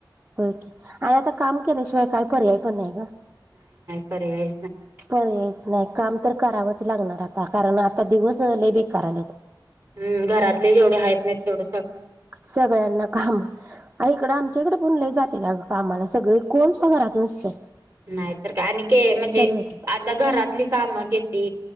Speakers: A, on the right (about 25°); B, on the right (about 40°).
A: व्हय कि, आणि आता काम केल्याशिवाय काही पर्याय पण नाही. ना
B: पर्याय.
A: पर्यायच नाही काम तर करावंच लागणार आता कारण आता दिवस लय बेकार आल्यात.
B: हम् घरातले जेवढे आहेत नाही तेवढ
A: सगळ्यांना काम इकडं आम च्या कडे पण लय जात्यात आगं कामाला सगळे कोण सुद्धा घरात नसतय.
B: नाहीतर काय आणि के म्हणजे
A: सगळे
B: आता घरातली कामं किती